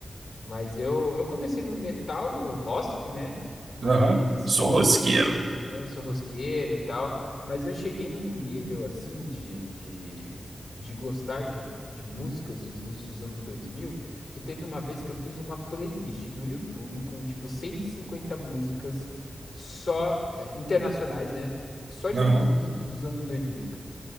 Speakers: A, on the left; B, on the right.
A: Mas eu, eu comecei no metal, no rock, né? Mas,
B: Aham. Sou
A: pô,
B: rosqueiro.
A: é, é, sou rosqueiro e tal. Mas eu cheguei num nível, assim, de, de, de gostar de, de músicas dos inícios dos anos 2000 que teve uma vez que eu fiz uma playlist no YouTube com, tipo, 150 músicas só, eh, internacionais, né? Só de
B: Aham.
A: músicas do- dos anos 2000,